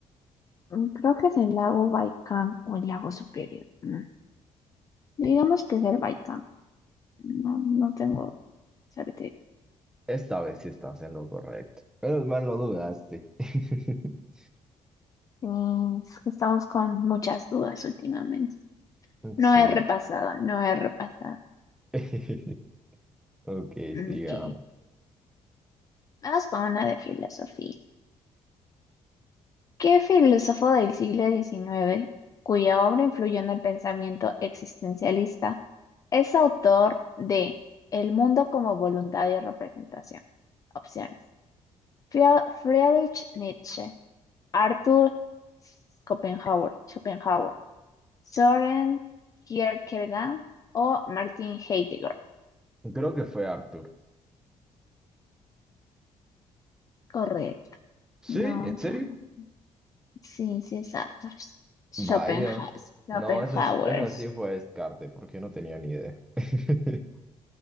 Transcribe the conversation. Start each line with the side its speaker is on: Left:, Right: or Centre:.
Left: Mm, Creo que es el lago Baikal o el lago Superior. Mm, Digamos que es el Baikal. No, no tengo Sorteo.
Centre: Esta vez sí estás en lo correcto. Menos mal lo dudaste. <laughs>
Left: Mm, es que estamos con muchas dudas últimamente. No
Centre: Sí.
Left: he repasado, no he repasado.
Centre: <laughs> Ok, sigamos.
Left: Ok, vamos con una de filosofía. ¿Qué filósofo del siglo XIX, cuya obra influyó en el pensamiento existencialista, es autor de El mundo como voluntad y representación? Opciones. Frie- Friedrich Nietzsche, Arthur Schopenhauer, Schopenhauer, Soren Kierkegaard o Martin Heidegger.
Centre: Creo que fue Arthur.
Left: Correcto.
Centre: ¿Sí?
Left: No,
Centre: ¿En serio?
Left: ya no. Sí, sí, es Arthur. Schopenhauer.
Centre: Vaya.
Left: Schopenhauer.
Centre: No, esa, es- esa sí fue descarte, porque no tenía ni idea. <laughs>